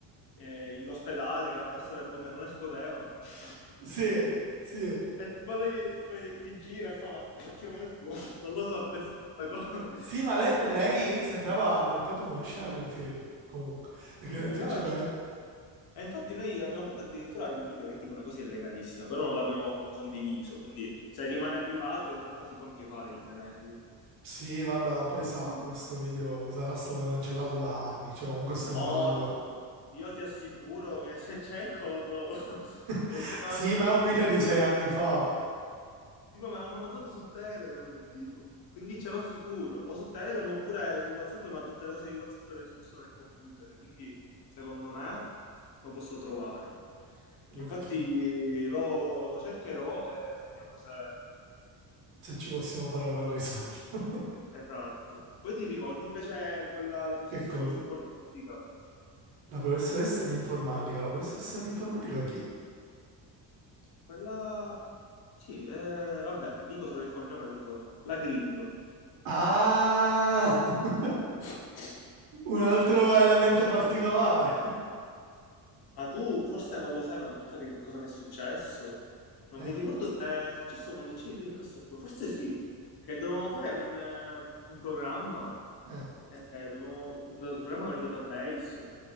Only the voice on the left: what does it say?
eh, l'ospedale che aveva messo le bombe e non esplodevano. <laughs>
E tipo lui poi si gira e fa, ma perché non esplode? <laughs> Non lo so, ho pensato a questa cosa.
<laughs>
E poi
tipo,
sì,
sembrava
una
scena di... E infatti noi abbiamo fatto addirittura il video che è tipo una cosa illegalissima, però non l'abbiamo condiviso, quindi se rimane privato in realtà si può anche fare di tenerlo.
No,
no, Io ti assicuro che se cerco lo trovo. <laughs> Perché
me
l'hanno mandato
su
Telegram.
Sì, ma me l'hanno mandato su Telegram, tipo. Quindi ce l'ho sicuro. O su Telegram oppure su WhatsApp, ma tutte le cose di WhatsApp le sposto nel computer. Quindi, secondo me, lo posso trovare. Infatti,
lo, lo cercherò e vediamo se...
Esatto. Poi ti ricordi invece quella, la professoressa
di informatica?
Quella... Sì, eh, vabbè, dico solo il cognome, tanto la Grillo.
<laughs>
Ma tu forse non lo sai una volta che cosa mi è successo? Non
mi ricordo se è successo quando c'eri tu in classe oppure, forse sì, che dovevamo fare un, eh, un programma,
eh, dovevamo- un un programma con i database.